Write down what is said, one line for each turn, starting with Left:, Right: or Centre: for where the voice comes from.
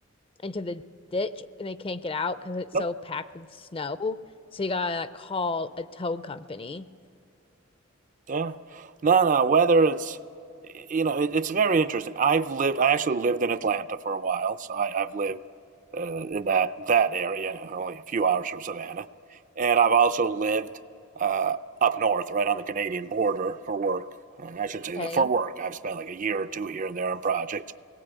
Left: into the ditch and they can't get out because it's
Right: No
Left: so packed with snow. So you gotta like call a tow company.
Right: Yeah. No, no, weather it's you know, it, it's very interesting. I've lived I actually lived in Atlanta for a while, so I, I've lived uh, in that that area, only a few hours from Savannah. And I've also lived uh, up north, right on the Canadian border for work. And I should say
Left: Okay.
Right: that for work, I've spent like a year or two here and there on projects.